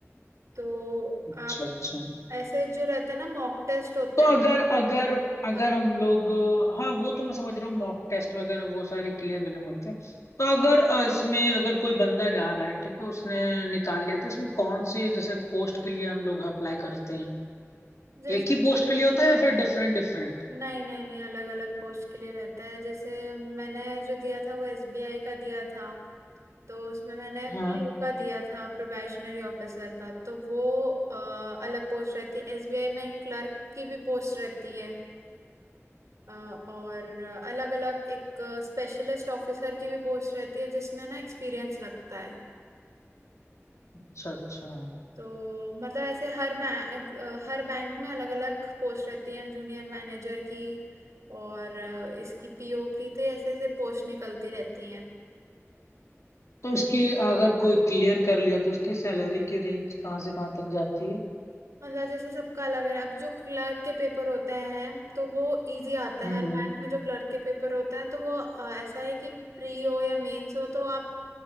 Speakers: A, on the right; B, on the left.
A: तो
B: अच्छा
A: आप
B: अच्छा
A: ऐसे जो रहते हैं ना मॉक टेस्ट होते
B: तो
A: हैं
B: अगर अगर अगर
A: हाँ,
B: हम लोग हाँ वो तो मैं समझ रहा हूँ मॉक टेस्ट वगैरह वो सारी क्लियर करने पड़ते हैं तो अगर अ, इसमें अगर कोई बंदा जा रहा है ठीक है उसने निकाल लिया तो इसमें कौन सी जैसे पोस्ट के लिए हम लोग अप्लाई करते हैं
A: जिस
B: एक ही पोस्ट के लिए होता है या फिर डिफरेंट डिफरेंट
A: नहीं नहीं नहीं अलग अलग पोस्ट के लिए रहता है जैसे मैंने जो दिया था वो एसबीआई का दिया था तो उसमें मैंने
B: हाँ
A: पीओ का दिया था प्रोबेशनरी ऑफिसर का तो वो अ, अलग पोस्ट रहती है एसबीआई में क्लर्क की भी पोस्ट रहती है अ, और अलग अलग एक स्पेशलिस्ट ऑफिसर की भी पोस्ट रहती है जिसमें ना एक्सपीरियंस लगता है
B: अच्छा अच्छा
A: तो मतलब ऐसे हर बैंक हर बैंक में अलग अलग पोस्ट रहती है जूनियर मैनेजर की और अ, इसकी पीओ की तो ऐसे ऐसे पोस्ट निकलती रहती हैं
B: तो इसकी अगर कोई क्लियर कर लिया तो उसकी सैलरी की रेंज कहाँ से कहाँ तक जाती है
A: मतलब जैसे सबका अलग है अब जो क्लर्क के पेपर होते हैं तो वो इजी आता है
B: हम्म
A: हर बैंक
B: हम्म
A: में जो क्लर्क के पेपर होते हैं तो वो अ, ऐसा है कि प्री हो या मेंस हो तो आप